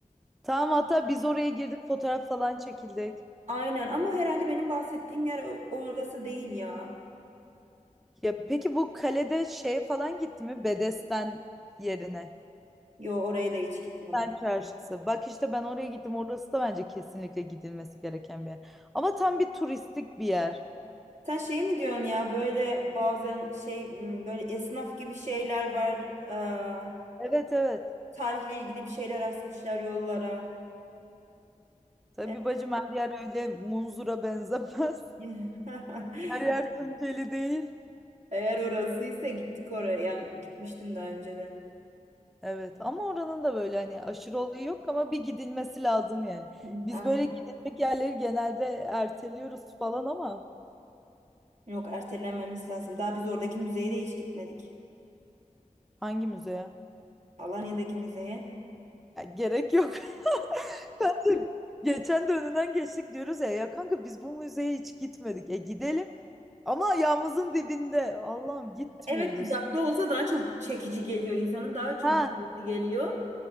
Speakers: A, in the centre; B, on the right (about 60°).
A: Tamam hatta biz oraya girdik fotoğraf falan çekildik.
B: Aynen ama herhalde benim bahsettiğim yer o- orası değil ya.
A: Ya peki bu kalede şey falan gitti mi? Bedesten yerine.
B: Yo oraya da hiç gitmedim.
A: Bedesten çarşısı. Bak işte ben oraya gittim. Orası da bence kesinlikle gidilmesi gereken bir yer. Ama tam bir turistik bir yer.
B: Sen şey mi diyorsun ya böyle bazen şey m, böyle esnaf gibi şeyler var. Aa,
A: Evet evet.
B: tarihle ilgili bir şeyler asmışlar yollara.
A: Tabii
B: Eğer,
A: bacım her yer öyle munzura benzemez.
B: <laughs>
A: <laughs> Her yer Tunceli değil.
B: Eğer orasıysa gittik oraya. Yani gitmiştim daha önceden.
A: Evet ama oranın da böyle hani aşırı olayı yok ama bir gidilmesi lazım yani.
B: Hı
A: Biz
B: Aynen.
A: böyle gidilecek yerleri genelde erteliyoruz falan ama
B: Yok ertelenmemiz lazım. Daha biz oradaki müzeye de hiç gitmedik.
A: hangi müzeye?
B: Alanya'daki müzeye.
A: Ya gerek yok. <laughs> Geçen de önünden geçtik diyoruz ya ya kanka biz bu müzeye hiç gitmedik. E gidelim ama ayağımızın dibinde. Allah'ım gitmiyoruz.
B: Evet uzakta olsa daha çok çekici geliyor insanın daha çok
A: Ha
B: gitmesi geliyor.